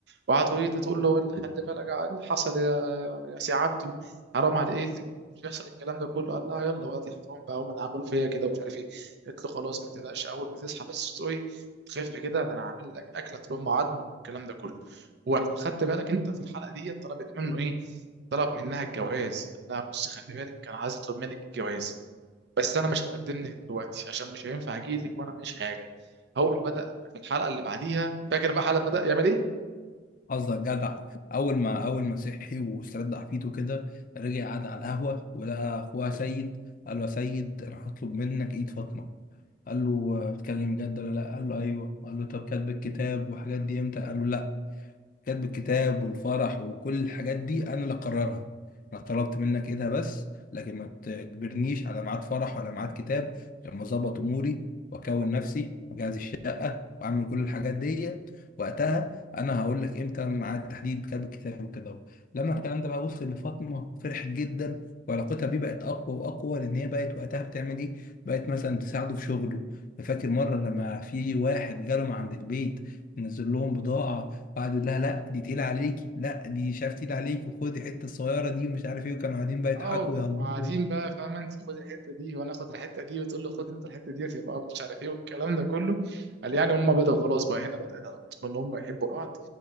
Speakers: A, on the right; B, on the left.
A: وقعد يقول تقول له <laughs> إيه اللي- خلي بالك إيه اللي حصل يا يا سي عبده حرام على ايه اللي مش يحصل الكلام ده كله قال لها يلا بقى الحرام بقى هم اللي عملوا فيا كده ومش عارف ايه قلت له خلاص ما تقلقش اول ما تصحى بس تقوي تخف كده ده انا عامل لك اكله تلم عظمك والكلام ده كله وخدت بالك انت في الحلقه دي طلبت منه ايه طلب منها الجواز قال لها بصي خلي بالك انا عايز اطلب منك الجواز بس انا مش هتقدم لك دلوقتي عشان مش هينفع اجي لك وانا معيش حاجه اول ما بدا في الحلقه اللي بعديها فاكر بقى حلقه بدا يعمل ايه
B: قصدك جدع اول ما اول ما صحي واسترد عافيته كده رجع قعد على القهوه ولقى اخوها سيد قال له يا سيد انا هطلب منك ايد فاطمه قال له آه، بتتكلم جد ولا لا قال له ايوه قال له طب كاتب الكتاب والحاجات دي امتى قال له لا كاتب الكتاب والفرح وكل الحاجات دي انا اللي اقررها انا طلبت منك ايدها بس لكن ما تجبرنيش على ميعاد فرح ولا ميعاد كتاب لما اظبط اموري واكون نفسي واجهز الشقه واعمل كل الحاجات دي وقتها انا هقول لك امتى ميعاد تحديد كتاب الكتاب وكده أهو. لما الكلام ده بقى وصل لفاطمه فرحت جدا وعلاقتها بيه بقت اقوى واقوى لان هي بقت وقتها بتعمل ايه بقت مثلا تساعده في شغله فاكر مره لما في واحد جاله من عند البيت نزل لهم بضاعه وقعد يقول لها لا دي تقيله عليكي لا دي مش عارف تقيله عليكي وخدي الحته الصغيره دي ومش عارف ايه وكانوا قاعدين بقى يضحكوا
A: اه
B: ويهزروا
A: قاعدين بقى فاهمه انت خد الحته دي وانا اخد الحته دي وتقول لي خد انت الحته دي يبقى مش عارف ايه والكلام ده كله قال يعني هم بداوا خلاص بقى هنا بدات علاقتهم ان هم يحبوا بعض